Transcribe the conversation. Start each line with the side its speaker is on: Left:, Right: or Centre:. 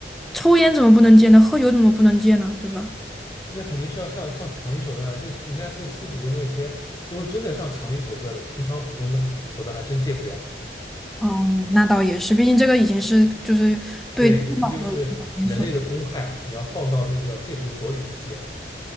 Centre: 抽烟怎么不能戒呢？喝酒怎么不能戒呢？对吧？
Left: 那肯定是要上上强力手段。这个人家那吸毒那些都是真的上强力手段的，平常普通的手段还真戒不了。
Centre: 嗯，那倒也是，毕竟这个已经是就是
Left: 对，那就是人类的公害，
Centre: 脑都已经有点损
Left: 你要放到那个戒毒所里去戒。